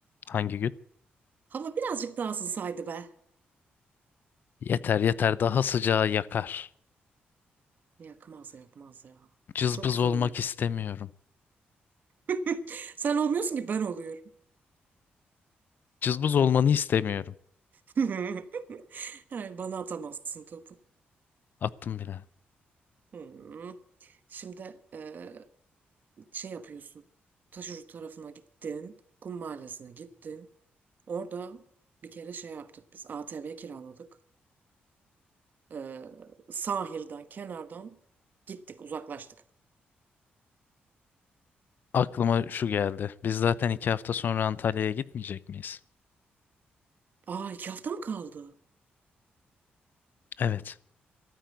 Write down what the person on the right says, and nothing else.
Hava birazcık daha ısınsaydı be.
Yakmaz yakmaz ya.
Çok güzel
oluyor.
<laughs> Sen olmuyorsun ki ben oluyorum.
<laughs> Yani bana atamazsın topu.
Hmm. Şimdi eee, şey yapıyorsun. Taşucu tarafına gittin. Kum mahallesine gittin. Orada bir kere şey yaptık biz ATV kiraladık. Ee, sahilden kenardan gittik uzaklaştık.
Aa iki hafta mı kaldı?